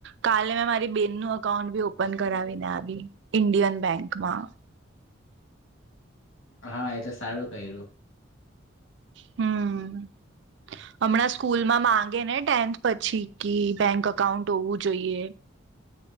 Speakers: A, on the right; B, on the left.
A: કાલે અમારી બેનનું અકાઉન્ટ બી ઓપન કરાવીને આવી ઈન્ડિયન બેંકમાં
B: હા, એ તો સારું કયરુ.
A: હમ્મ. અમણાં સ્કૂલમાં માંગે ને ટેન્થ પછી કે બેંક અકાઉન્ટ ઓવું જોઈએ